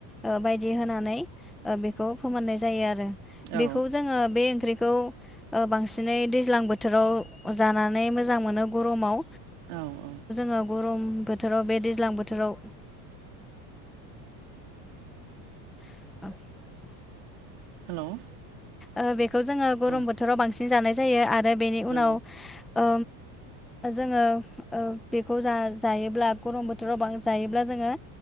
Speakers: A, in the centre; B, on the right.
A: ओ बायदि होनानै ओ बेखौ फोमोननाय जायो आरो।
B: औ
A: बेखौ जोङो बे ओंख्रि खौ ओ‌ बांसिनै दैज्लां बोथोराव जानानै मोजां मोनो गरमाव।
B: औ औ
A: याव गरम बोथोराव बे दैज्लां बोथोराव <inaudible>
B: हेल'।
A: ओ बे खौ जोङो गरम
B: औ
A: बोथोराव बांसिन जानाय जायो आ रो बेनि
B: नंगौ
A: उनाव ओ जोङो ओ बेखौ जा-जायोब्ला गरम बोथोरावबां जायोब्ला जोङो